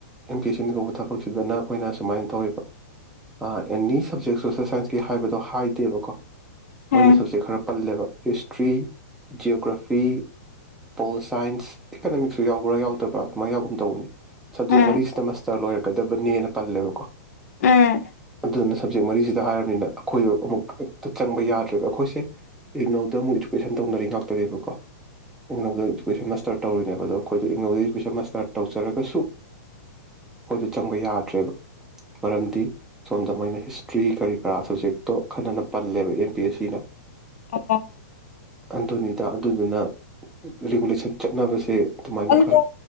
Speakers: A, in the centre; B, on the left.
A: ꯑꯦꯝ ꯄꯤ ꯑꯦꯁ ꯁꯤꯅ ꯀꯧꯕ ꯊꯕꯛꯁꯤꯗꯅ ꯑꯩꯈꯣꯏꯅ ꯁꯨꯃꯥꯏꯅ ꯇꯧꯋꯦꯕ ꯑꯥ ꯑꯦꯅꯤ ꯁꯞꯖꯦꯛ ꯁꯣꯁꯦꯜ ꯁꯥꯏꯟꯁꯀꯤ ꯍꯥꯏꯕꯗꯣ ꯍꯥꯏꯗꯦꯕꯀꯣ
B: ꯎꯝ ꯎꯝ
A: ꯃꯣꯏꯅ ꯁꯕꯖꯦꯛ ꯈꯔ ꯄꯜꯂꯦꯕ ꯍꯤꯁꯇ꯭ꯔꯤ ꯖꯤꯑꯣꯒ꯭ꯔꯥꯐꯤ ꯄꯣꯜ ꯁꯥꯏꯟꯁ ꯏꯀꯅꯃꯤꯛꯁꯨ ꯌꯥꯎꯕ꯭ꯔꯥ ꯌꯥꯎꯗꯕ꯭ꯔꯥ ꯑꯗꯨꯃꯥꯏꯅ ꯌꯥꯎꯒꯨꯝ ꯇꯧꯕꯅꯤ ꯁꯞꯖꯦꯛ
B: ꯎꯝ
A: ꯃꯔꯤꯁꯤꯅ ꯃꯁꯇꯔ ꯂꯣꯏꯔꯦ ꯀꯗꯕꯅꯦꯅ ꯄꯜꯂꯦꯕꯀꯣ
B: ꯎꯝ
A: ꯑꯗꯨꯗꯨꯅ ꯁꯞꯖꯦꯛ ꯃꯔꯤꯁꯤꯗ ꯍꯥꯏꯔꯝꯅꯤꯅ ꯑꯩꯈꯣꯏꯗꯣ ꯑꯃꯨꯛ ꯍꯦꯛꯇ ꯆꯪꯕ ꯌꯥꯗ꯭ꯔꯦꯕ ꯑꯩꯈꯣꯏꯁꯦ ꯏꯛꯅꯧꯗ ꯑꯃꯨꯛ ꯏꯗꯨꯀꯦꯁꯟ ꯇꯧꯅꯔꯤ ꯉꯥꯛꯇꯅꯦꯕꯀꯣ ꯏꯛꯅꯧꯗ ꯏꯗꯨꯀꯦꯁꯟ ꯃꯥꯁꯇꯔ ꯇꯧꯔꯤꯅꯦꯕ ꯑꯗꯣ ꯑꯩꯈꯣꯏꯗꯣ ꯏꯅꯧꯗ ꯏꯗꯨꯀꯦꯁꯟ ꯃꯥꯁꯇꯔ ꯇꯧꯖꯔꯒꯁꯨ ꯑꯩꯈꯣꯏꯗꯣ ꯆꯪꯕ ꯌꯥꯗ꯭ꯔꯦꯕ ꯃꯔꯝꯗꯤ ꯁꯣꯝꯗ ꯃꯣꯏꯅ ꯍꯤꯁꯇ꯭ꯔꯤ ꯀꯔꯤ ꯀꯔꯥ ꯁ꯭ꯕꯖꯦꯛꯇꯣ ꯑꯈꯟꯅꯅ ꯄꯜꯂꯦꯕ ꯑꯦꯝ ꯄꯦꯁꯤꯅ
B: ꯑꯣ
A: ꯑꯗꯨꯅꯤꯗ ꯑꯗꯨꯗꯨꯅ ꯔꯤꯒꯨꯂꯦꯁꯟ ꯆꯠꯅꯕꯁꯦ ꯑꯗꯨꯃꯥꯏꯅ
B: ꯑꯗꯨ